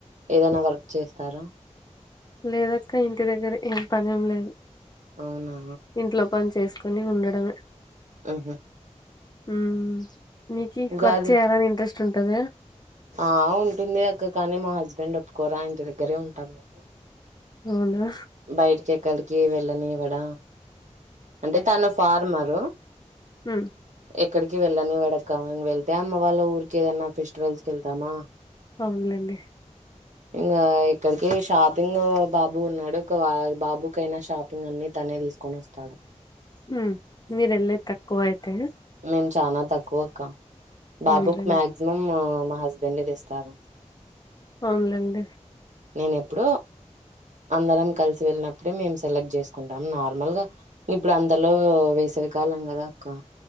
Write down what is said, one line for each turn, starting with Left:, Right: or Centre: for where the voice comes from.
Right: ఏదైనా వర్క్ చేస్తారా
Left: లేదక్క ఇంటి దగ్గర ఏం పన్నిం లేదు
Right: అవునా
Left: ఇంట్లో పని చేస్త కొని ఉండడం మే
Right: ఆహా
Left: ఉమ్ మీకి
Right: ఉగాది
Left: వర్క్ చేయాలి అనే ఇంట్రెస్ట్ చుంటద
Right: ఆ ఉంటుంది అక్క కాని మా హస్బెండ్ ఒప్పుకోరా ఇంటి దగ్గరే ఉంటాం మేము
Left: అవునా
Right: బయటికి ఎక్కడికి వెళ్ళ నివ్వాడ అంటే తను ఫార్మరు
Left: హమ్
Right: ఎక్కడికి వెళ్ళనివ్వడు అక్క వెళ్తే అమ్మ వాళ్ళ ఊరికి ఏదైనా ఫెస్టివల్స్కి వెళ్తామా
Left: అవునులేండి
Right: ఇంగ ఇక్కడికి షాపింగ్ బాబు ఉన్నాడు ఒక బాబుకయినా షాపింగ్ అన్ని తనే తీసుకొని వస్తాడు
Left: హ్మ్ మీర్ వేలేది తక్కువ అయితే
Right: మేము చాల తక్కువ అక్క నా
Left: అవునులేండి
Right: బుక్ మ్యాక్సిమమ్ మా హస్బెండే తెస్తారు
Left: అవున్లేండి
Right: నేన ఎప్పుడ అందరం కలిసి వెళ్ళినప్పుడే మేము సెలెక్ట్ చేసుకుంటాం నార్మల్ గా ఇప్పుడు అంతలో వేసేవి కాలం కదా అక్క